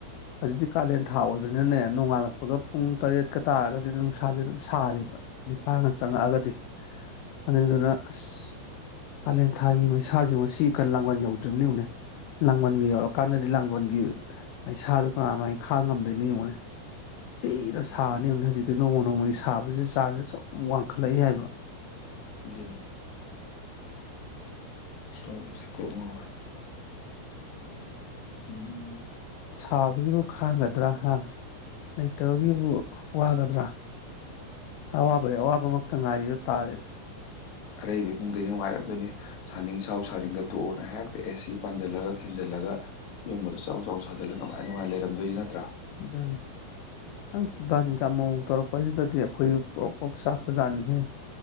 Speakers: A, on the left; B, on the left.
A: ꯍꯧꯖꯤꯛꯇꯤ ꯀꯥꯂꯦꯟ ꯊꯥ ꯑꯣꯏꯕꯅꯤꯅꯅꯦ ꯅꯣꯡꯉꯥꯜꯂꯛꯄꯒ ꯄꯨꯡ ꯇꯔꯦꯠꯀ ꯇꯥꯔꯒꯗꯤ ꯑꯗꯨꯝ ꯅꯨꯡꯁꯥꯖꯦ ꯑꯗꯨꯝ ꯁꯥꯔꯦꯕ ꯅꯤꯛꯐꯥꯒ ꯆꯪꯉꯛꯑꯒꯗꯤ ꯑꯗꯨꯗꯨꯅ ꯑꯁ ꯀꯥꯂꯦꯟ ꯊꯥꯒꯤ ꯃꯩꯁꯥꯖꯤꯕꯨ ꯁꯤ ꯀꯜ ꯂꯥꯡꯕꯟ ꯌꯧꯗ꯭ꯔꯤꯕꯅꯤ ꯌꯦꯡꯉꯨꯅꯦ ꯂꯥꯡꯕꯟꯒ ꯌꯧꯔꯀꯥꯟꯗꯗꯤ ꯂꯥꯡꯕꯟꯒꯤ ꯃꯩꯁꯥꯗꯣ ꯀꯅꯥꯃꯥꯏ ꯈꯥꯡ ꯉꯝꯗꯣꯏꯅꯣ ꯌꯦꯡꯉꯨꯅꯦ ꯊꯤꯅ ꯁꯥꯅꯤ ꯌꯦꯡꯉꯨꯅꯦ ꯍꯧꯖꯤꯛꯇꯤ ꯅꯣꯡꯃ ꯅꯣꯡꯃꯒꯤ ꯁꯥꯕꯁꯦ ꯆꯥꯡꯁꯦ ꯁꯨꯝ ꯋꯥꯡꯈꯠꯂꯛꯏ ꯍꯥꯏꯕ
B: ꯑꯗꯨꯅꯤ ꯇꯧꯔꯤꯁꯦ ꯀꯣꯛ ꯉꯥꯎꯋꯦ ꯎꯝ
A: ꯁꯥꯕꯒꯤꯕꯨ ꯈꯥꯡꯒꯗ꯭ꯔꯥ ꯍꯥ ꯂꯩꯇꯕꯒꯤꯕꯨ ꯋꯥꯒꯗ꯭ꯔꯥ ꯑꯋꯥꯕꯩ ꯑꯋꯥꯕꯃꯛꯇ ꯉꯥꯏꯔꯤꯗꯨ ꯇꯥꯔꯦꯅꯦ
B: ꯑꯔꯩꯕ ꯏꯃꯨꯡꯗ ꯅꯨꯡꯉꯥꯏꯔꯝꯗꯣꯏꯅꯦ ꯁꯥꯅꯤꯡ ꯁꯥꯎ ꯁꯥꯅꯤꯡꯗ ꯇꯣꯛꯎꯅ ꯍꯦꯛꯇ ꯑꯦꯁꯤ ꯄꯥꯟꯖꯤꯜꯂꯒ ꯈꯤꯟꯖꯜꯂꯒ ꯌꯨꯝꯒꯗꯣ ꯆꯥꯎ ꯆꯥꯎ ꯁꯥꯖꯜꯂ ꯅꯨꯡꯉꯥꯏ ꯅꯨꯡꯉꯥꯏ ꯂꯩꯔꯝꯗꯣꯏꯅꯤ ꯅꯠꯇ꯭ꯔꯥ
A: ꯗꯥꯅꯤ ꯑꯁ ꯕꯥꯟꯀꯥ ꯑꯃꯨꯛ ꯃꯨꯛ ꯇꯧꯔꯛꯄꯁꯤꯗꯗꯤ ꯑꯩꯈꯣꯏꯖꯦ ꯄ꯭ꯔꯣꯛ ꯄ꯭ꯔꯣꯛ ꯆꯥꯛꯄꯖꯥꯅꯤꯍꯦ